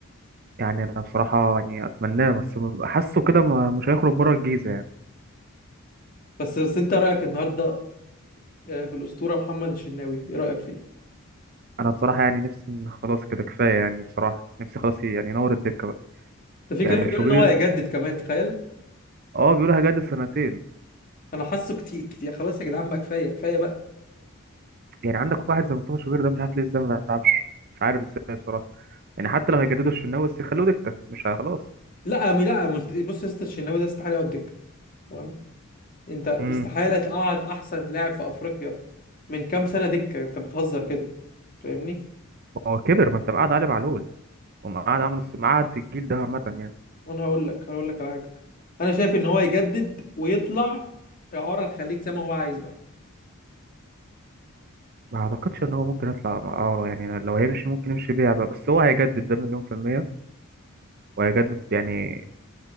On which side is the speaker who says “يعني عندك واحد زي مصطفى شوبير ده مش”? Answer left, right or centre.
Right